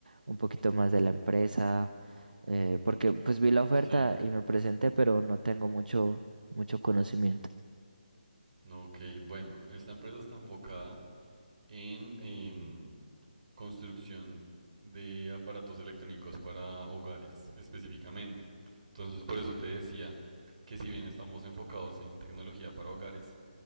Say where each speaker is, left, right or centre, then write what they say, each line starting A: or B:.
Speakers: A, on the right; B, on the right.
A: un poquito más de la empresa, eh, porque pues vi la oferta
B: Sí.
A: y me presenté, pero no tengo mucho, mucho conocimiento.
B: No, Ok, bueno, esta empresa está enfocada en em, construcción de aparatos electrónicos para hogares, específicamente. Entonces, por eso te decía que si bien estamos enfocados en tecnología para hogares,